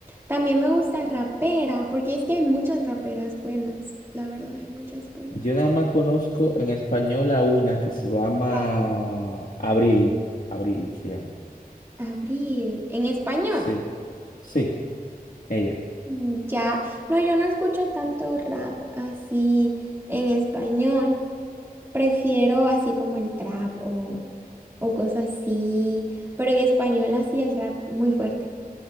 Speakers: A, on the right; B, on the left.
A: También me gusta rapera, porque es que hay muchas raperas buenas, la verdad, hay muchas buenas.
B: Yo nada más conozco en español a una que se llama
A: Pa-
B: Abril. Abril se llama.
A: Abril, en español.
B: Sí, sí, ella.
A: Mm, ya, no, yo no escucho tanto rap así en español. Prefiero así como el trap o, o cosas así, pero en español así el rap muy fuerte.